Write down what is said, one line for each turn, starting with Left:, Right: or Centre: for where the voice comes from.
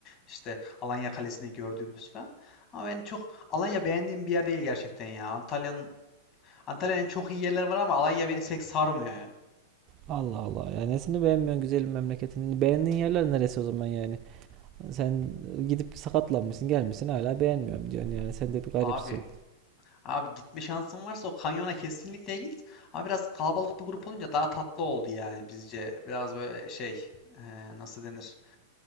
Left: işte Alanya Kalesi'ni gördüğümüz falan. Ama ben çok Alanya beğendiğim bir yer değil gerçekten ya. Antalya'nın Antalya'nın çok iyi yerleri var ama Alanya beni pek sarmıyor ya.
Right: Allah Allah. Yani nesini beğenmiyorsun güzelim memleketini? Beğendiğin yerler neresi o zaman yani? Sen gidip sakatlanmışsın, gelmişsin hala beğenmiyorum diyorsun yani. Sen de bir garipsin.
Left: Abi abi gitme şansın varsa o kanyona kesinlikle git. Ama biraz kalabalık bir grup olunca daha tatlı oldu yani bizce. Biraz böyle şey e, nasıl denir?